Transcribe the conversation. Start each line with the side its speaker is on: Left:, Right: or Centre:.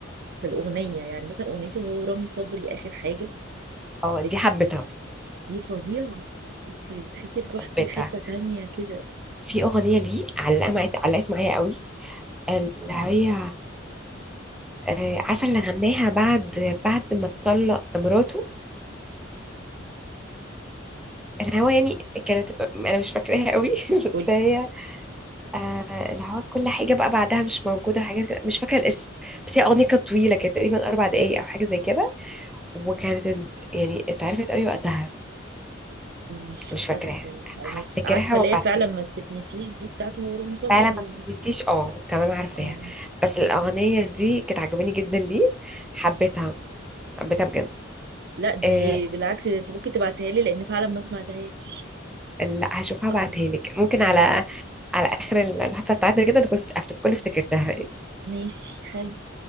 Right: في الأغنية يعني مثلا أغنيته هو رامي صبري آخر حاجة
Centre: اه دي
Right: بت-
Centre: حبيتها
Right: دي فظيعة انتي بتحسي انك رحتي
Centre: حبيتها
Right: لحتة تانية كده
Centre: في اغنيه ليه علقه معايا علقت معايا قوي اللي هي آه، عارفه اللي غناها بعد بعد ما اتطلق مراته الهوا يعني كانت انا مش فاكراها قوي <laughs> بس
Right: قولي
Centre: هي آه، الهوا كل حاجه بقى بعدها مش موجوده حاجات كده مش فاكره الاسم بس هي اغنيه كانت طويله كانت تقريبا اربع دقايق او حاجه زي كده وكانت يعني اتعرفت قوي وقتها
Right: مش
Centre: مش فاكراها
Right: فاكرة أنا
Centre: هفتكرها
Right: ف... عارفة ليا
Centre: وابعتها
Right: فعلا ما بتتنسيش دي بتاعته هو رامي صبري
Centre: فعلا
Right: دي
Centre: ما بتتنسيش اه تمام عارفاها
Right: اه
Centre: بس الاغنيه دي كانت عجباني جدا ليه حبيتها حبيتها بجد
Right: لا دي
Centre: إيه
Right: بالعكس ده انت ممكن تبعتها لي لأن فعلا ما سمعتهاش
Centre: لا هشوفها
Right: اه
Centre: بعتها لك ممكن على
Right: حلو
Centre: على اخر ال- الحادثه بتاعتنا كده كنت أفت- كنت افتكرتها
Right: ماشي حلو